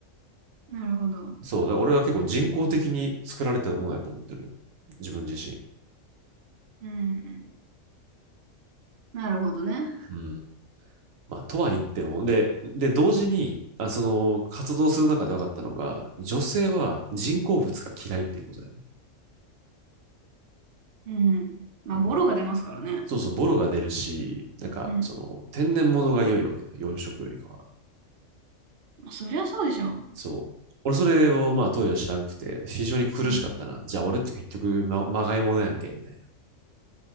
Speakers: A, on the right; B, on the right.
A: なるほど。
B: そう、だから俺は結構人工的に作られたものやと思ってるよ。自分自身。
A: うん。なるほどね。
B: うん。まあ、とは言っても、で、で、同時に、あその、活動する中で分かったのが、女性は人工物が嫌いっていうことだよ。
A: うん。まあ、
B: うん。
A: ボロが出ますからね。
B: そうそう、ボロが出るし、なんか、
A: うん。
B: その、天然物が良いわけだ養殖よりかは。
A: まあ、そりゃそうでしょう。
B: そう。俺それをまあ当時は知らんくて、非常に苦しかったな。
A: うん。
B: じゃあ俺って結局ま、まがいものやんけ、みたい